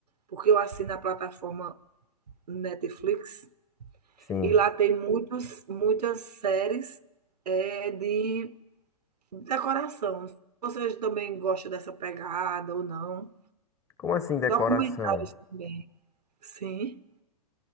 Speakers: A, on the right; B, on the left.
A: porque eu assino a plataforma Netflix
B: sim.
A: e lá tem muitos, muitas séries é, de decoração. Você também gosta dessa pegada ou não?
B: Como assim decoração?
A: Documentários também. Sim.